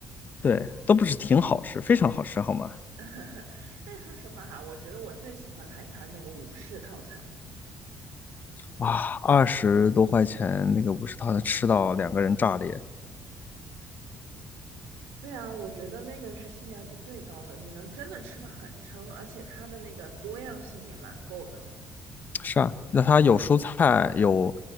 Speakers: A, on the left; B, on the right.
A: 对，都不是挺好吃，非常好吃，好吗？
B: <laughs> 但说实话哈，我觉得我最喜欢的还是它那个武士套餐。
A: 哇，二十多块钱那个五十套能吃到两个人炸裂，
B: 对啊，我觉得那个是性价比最高的，你能真的吃的很撑，而且它的那个多样性也蛮够的了，
A: 是啊，那它有蔬菜，有